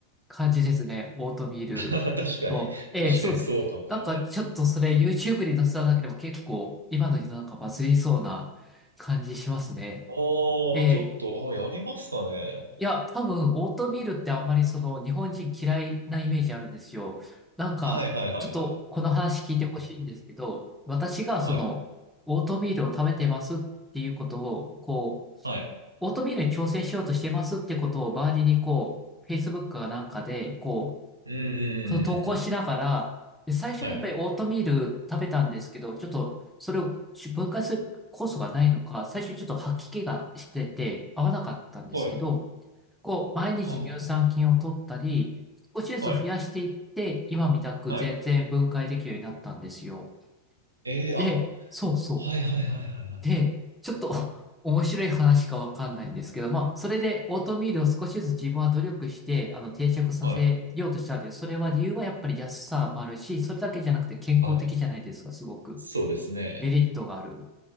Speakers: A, in the centre; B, on the right.
A: 感じですね。オートミールと。
B: <laughs> 確かに。
A: ええ、
B: 確かにそうかもしれないです。
A: そうです。なんかちょっとそれ YouTube に載せただけでも結構今の世の中バズりそうな感じしますね。
B: ああ、
A: ええ。
B: ちょっと、あ、やりますかね。
A: いや、多分オートミールってあんまりその日本人嫌いなイメージあるんですよ。なんかちょっとこの話聞いてほしいんですけど、
B: はいはいはいはい。
A: 私がそのオートミールを食べてますっていうことを、
B: はい。
A: こう、
B: はい。
A: オートミールに挑戦しようとしてますってことを周りにこう、Facebook かなんかでこう、
B: うんうんうんうんうんうん。
A: その投稿しながら、で最初はやっぱりオートミール食べたんですけど、
B: はい。
A: ちょっとそれを分解する酵素がないのか、最初ちょっと吐き気がしてて合わなかったんですけど、
B: はい。
A: こう、毎日乳酸菌を取ったり、
B: あ
A: 少しずつ増やしていって、
B: あ、はい。
A: 今みたく全然分解できるようになったんですよ。
B: はい。ええーあ、
A: で、そうそ
B: はいはいはいはいはい。
A: う。で、ちょっと <laughs> 面白い話かわかんないんですけど、まあ、それでオートミールを少しずつ自分は努力して、あの、定着させようとしたんです、
B: はい。
A: それは理由はやっぱり安さもあるし、それだけじゃなくて健康的じゃないですか、
B: はい。
A: すごく。
B: そうですね。
A: メリットがある。